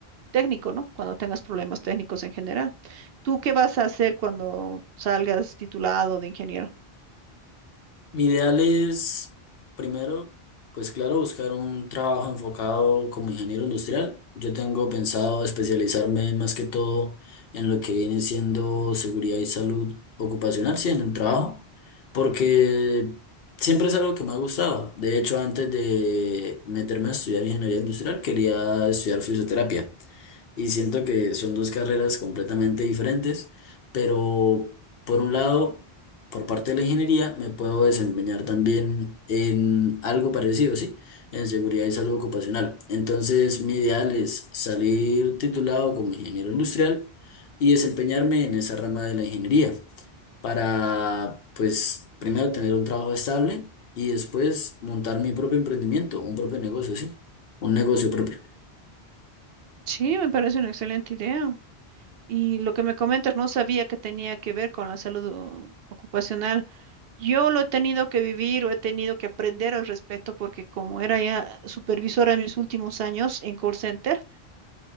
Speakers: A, on the right; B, on the left.
A: técnico, ¿no? Cuando tengas problemas técnicos en general. ¿Tú qué vas a hacer cuando salgas titulado de ingeniero?
B: Mi ideal es, primero, pues claro, buscar un trabajo enfocado como ingeniero industrial. Yo tengo pensado especializarme más que todo en lo que viene siendo seguridad y salud ocupacional, sí, en el trabajo, porque siempre es algo que me ha gustado. De hecho, antes de meterme a estudiar ingeniería industrial, quería estudiar fisioterapia y siento que son dos carreras completamente diferentes, pero por un lado por parte de la ingeniería me puedo desempeñar también en algo parecido, ¿sí? En seguridad y salud ocupacional. Entonces, mi ideal es salir titulado como ingeniero industrial y desempeñarme en esa rama de la ingeniería para, pues, primero tener un trabajo estable y después montar mi propio emprendimiento, un propio negocio, ¿sí? Un negocio propio.
A: Sí, me parece una excelente idea. Y lo que me comentas, no sabía que tenía que ver con la salud o- ocupacional. Yo lo he tenido que vivir o he tenido que aprender al respecto porque como era ya supervisora en mis últimos años en call center,